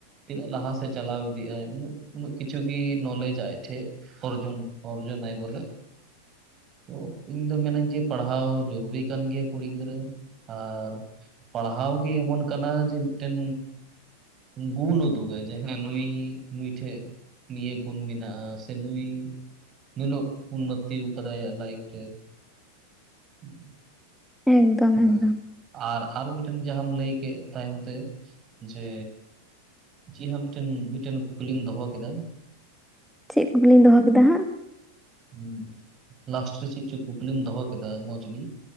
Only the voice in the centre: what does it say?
<inaudible>
ᱮᱠᱫᱚᱢ
ᱮᱠᱫᱚᱢ
ᱪᱮᱫ ᱠᱩᱠᱞᱤᱧᱢ ᱫᱚᱦᱚ ᱠᱮᱫᱟ ᱦᱟᱸᱜ